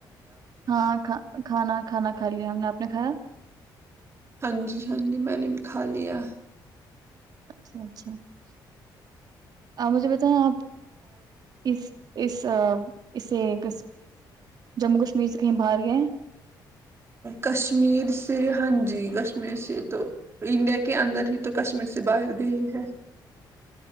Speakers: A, on the right; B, on the right.
A: ہاں کا کھانا کھانا کھا لیا ہم نے آپ نے کھایا
B: ہاں جی ہاں جی میں نے بکھا لیا
A: اچھا اچھا مجھے بتائیں آپ اس اس اسے ک جموں کشمیر سے کہیں باہر گئے
B: کشمیر سے ہاں جی کش کشمیر سے تو انڈیا کے اندر ہی تو کشمیر سے باہر گئی ہے